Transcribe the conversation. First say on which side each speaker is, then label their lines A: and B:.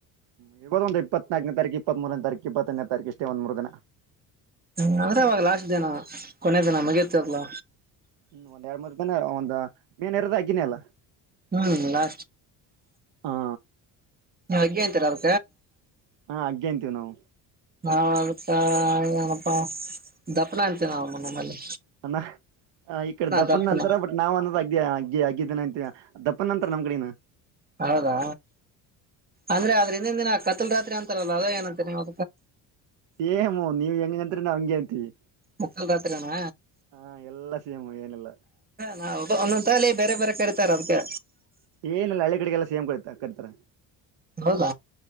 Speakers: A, on the right; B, on the right.
A: ಇದ ಒ ಇಪ್ಪತ್ನಾಲ್ಕನೇ ತೀ ಇಪ್ಪತ್ ಮೂರನೇ ತಾರೀಕ ಇಪ್ಪತ್ತನೇ ತಾರೀಕ ಇಷ್ಟೇ ಒಂದ್ ಮೂರು ದಿನ
B: ಹ ಅ್ರಅವಾಗ ಲಾಸ್ಟ್ ದಿನ ಕೊನೆಯ ದಿನ ಮಗಿಯತಿಲ್ಲ
A: ಹ್ಮ್ ಒಂದ್ ಎರಡ್ ಮೂರು ದನ ಒಂದ್ ಮೇನ್ ಇರದ ಆಗಿನೇ ಅಲ್ಲ
B: ಹ್ಮ್ ನಾ
A: ಹಾ
B: ಅಗ್ಗೆ ಅಂತೀರ ಅವಕ
A: ಹಾ ಅಗ್ಗೆ ಅಂತೀವಿ ನಾವು
B: ನಾವ ಅದಕ್ಕ ಏನಪ್ಪಾ ದಪ್ಪನ ಅಂತೆೇ ನಾವವು ಮನ ಮೇಲೆ
A: ಅ ಈ ಕಡೆ ದಪ್ಪನ್
B: ದಪ್ಪನ
A: ನಂತರ ಬಟ್ ನಾವ್ ಅನ್ನೋದ ಆಗ್ದೇ ಹಾಗ ಆಗಿದ್ದನ ಅತ್ ದಪ್ಪನ್ಂತರ ನಮ್ ಕಡನು
B: ಹೌದಾ ಅಂದ್ರೆ ಆದ್ರ ಹಂದಿನ ದಿನ ಕತಲ್ ರಾತ್ರಿ ಅಂತಾರಲ್ಲ ಅದ ಏನಂತ ನೀವಾ
A: ಏಮ್ಮೋ ನೀವ್ ಹೆಂಗ ನಂತ್ರ ನಾವು ಹಿಂಗೆ ಅಂತೀವಿ
B: ಮುಕ್ಕಲ್ ಜಾತ್ರೆ ನಾ
A: ಹಾ ಎಲ್ಲ ಸಿಮ ಏನೆಲ್ಲ
B: ನಾ ಒಂದೊಂದಂತಲ್ಲಿ ಬೇರೆ ಬೇರೆ ಕರಿತಾರೆ ಅದ್ಕ್ಕೆ
A: ಏನಲ್ಲ ಹಳ್ಳಿಗಳಡೆಗೆಲ್ಲ ಸೇಮ್ ಕಿತ ಕರಿತಾರ
B: ಹೌದ